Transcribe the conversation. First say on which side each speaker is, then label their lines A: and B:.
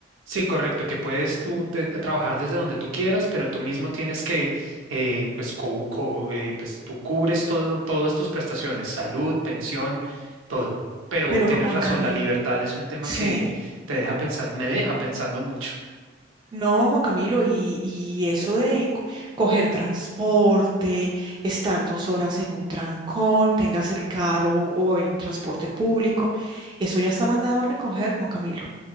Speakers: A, on the right; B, on the right.
A: Sí, correcto, que puedes tú
B: Mm.
A: te- trabajar desde donde tú quieras, pero tú mismo tienes que, eh, pues, co- co- eh, pues, tú cubres todo, todas tus prestaciones, salud, pensión, todo. Pero
B: Pero
A: tienes
B: Juan
A: razón,
B: Camilo,
A: la libertad es un tema
B: sí.
A: que te deja pensando, me deja pensando mucho.
B: No, Juan Camilo, y, y eso de co- coger transporte, estar dos horas en un trancón, tengas el carro o en transporte público, eso ya está mandado a recoger, Juan Camilo.